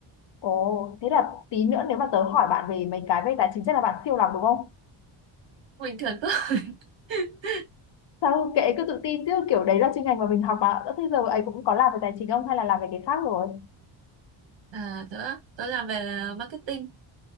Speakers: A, on the left; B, on the right.
A: ồ thế là tí nữa nếu mà tớ hỏi bạn về mấy cái về tài chính chắc là bạn siêu lắm đúng không
B: bình thường thôi <laughs>
A: sao kệ cứ tự tin chứ kiểu đấy là chuyên ngành mà mình học mà Ơ, thế giờ ấy cũng có làm về tài chính không hay là làm về cái khác rồi
B: À, tớ á, tớ làm về marketing